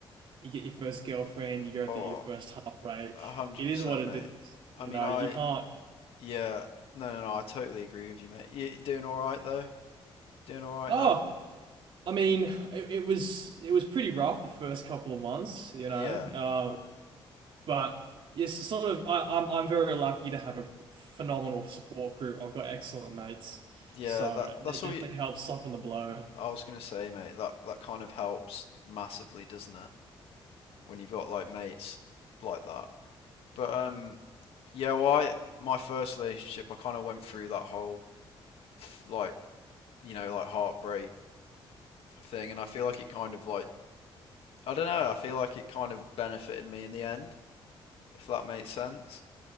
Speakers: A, on the right; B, on the left.
A: you get your first girlfriend, you go
B: Oh,
A: through your first heartbreak.
B: a hundred
A: It is
B: percent,
A: what it
B: mate.
A: is.
B: I
A: You
B: mean,
A: know,
B: I
A: you can't
B: yeah, no, no, no, I totally agree with you, mate. You doing all right though? Doing all right
A: Oh,
B: now?
A: I mean, it, it was it was pretty rough the first couple of months, you
B: Yeah.
A: know. Um, But yes, it's sort of I, I'm I'm very lucky to have a phenomenal support group. I've got excellent mates,
B: Yeah,
A: so
B: that
A: it
B: that's all
A: definitely
B: you,
A: helps soften the blow.
B: I was gonna say, mate. That that kind of helps massively, doesn't it? When you've got like mates like that. But um yeah, well, I my first relationship, I kind of went through that whole like, you know, like heartbreak thing and I feel like it kind of like I don't know. I feel like it kind of benefited me in the end, if that makes sense.